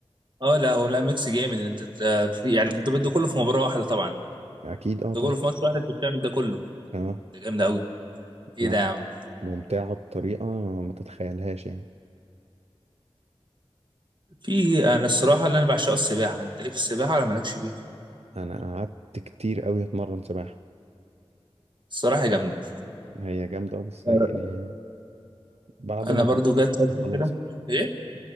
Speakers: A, on the right; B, on the right.
A: اه لا هو لا ميكس جامد انت ت- في يعني انت ده كله في مباراه واحده طبعا
B: أكيد أه
A: ده
B: طبعا
A: كله في ماتش واحد انت بتعمل ده كله
B: أه
A: ده جامد قوي ايه
B: لا
A: ده يا عم
B: ممتعة بطريقة ما تتخيلهاش يعني
A: في انا الصراحه اللي انا بعشقه السباحه انت ليك في السباحه ولا مالكش بيها
B: أنا قعدت كتير أوي أتمرن سباحة
A: الصراحه جامده
B: هي جامدة أوي، بس
A: آه،
B: يعني بعد
A: انا
B: ما
A: برضو
B: كبرت
A: جت فتره
B: خلاص
A: كده ايه